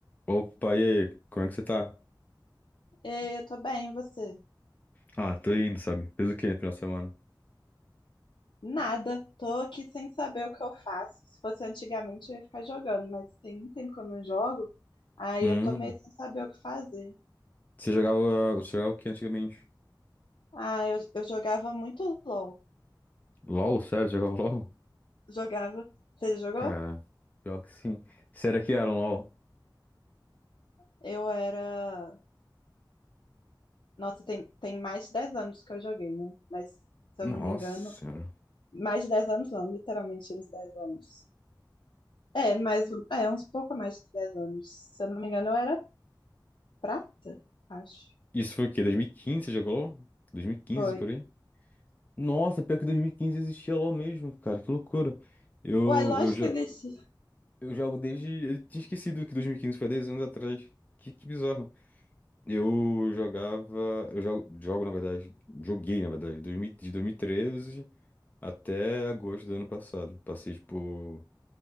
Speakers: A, on the left; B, on the left.
A: Opa, e aí? Como é que você tá?
B: Ei, eu tô bem, e você?
A: Ah, tô indo, sabe? Fez o quê no final de semana?
B: Nada, tô aqui sem saber o que eu faço. Se fosse antigamente, eu ia ficar jogando, mas tem um tempo que eu não jogo, aí
A: Hum,
B: eu tô meio sem saber o que fazer.
A: você jogava, você jogava o que antigamente?
B: Ah, eu, eu jogava muito LOL.
A: LOL, sério? Você Jogava LOL?
B: Jogava. Você já jogou?
A: Cara, pior que sim. Será que era um LOL?
B: Eu era. Nossa, tem, tem mais de 10 anos que eu joguei, né? Mas, se
A: Nossa
B: eu não me engano,
A: senhora.
B: mais de 10 anos não, literalmente uns 10 anos. É, mas é uns pouco mais de 10 anos. Se eu não me engano, eu era prata, acho.
A: Isso foi o quê? 2015 você jogou LOL? 2015,
B: Foi.
A: por aí? Nossa, pior que 2015 existia LOL mesmo, cara. Que loucura. Eu,
B: ué, lógico
A: eu, já,
B: que existe.
A: eu jogo desde... Eu tinha esquecido que 2015 foi 10 anos atrás. Que, que bizarro. Eu jogava. Eu jogo, jogo, na verdade. Joguei, na verdade, dois mil de 2013 até agosto do ano passado. Passei, tipo,